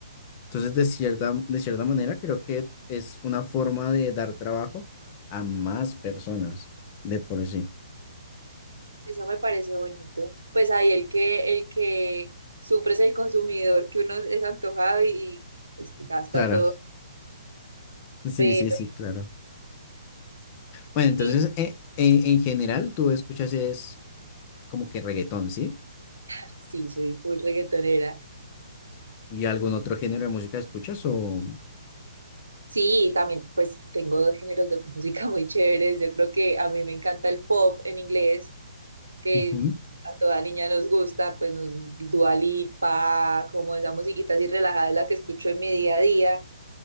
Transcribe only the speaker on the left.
Entonces, de cierta, de cierta manera, creo que es una forma de dar trabajo a más personas de por sí.
Claro,
sí,
sí, sí, claro. Bueno, entonces,
eh, en, en general, tú escuchas es como que reggaetón, ¿sí?
¿Y algún otro género de música escuchas o
Ujú.